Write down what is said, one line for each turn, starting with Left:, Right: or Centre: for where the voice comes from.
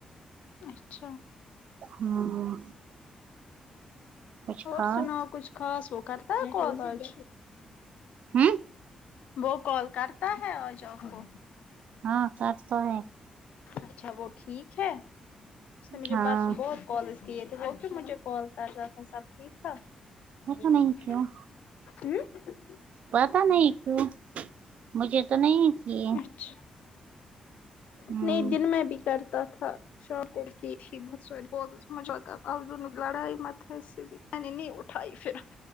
Left: اچھا
Right: ہوں کچھ
Left: اور
Right: کھاؤ
Left: سنا کچھ سوکرتا ہے کال آج
Right: ہوں
Left: وہ کال کرتا ہے آج آپ کو
Right: ہاں سچ تو ہے
Left: اچھا وہ ٹھیک ہے اس نے مجھے
Right: ہاں
Left: پرس بہت کال اس کیے تھے کیوں مجھے کال کر رہا تھا سب ٹھیک تھا کی
Right: پتا نہیں کیوں
Left: ہم ہمم
Right: پتا نہیں کیوں مجھے تو نہیں کیے
Left: اچھا
Right: ہوں
Left: نہیں دن میں بھی کرتا تھا شام کو کی تھی <unintelligible> لڑائی متےس میں نے نہیں اٹھائی پھر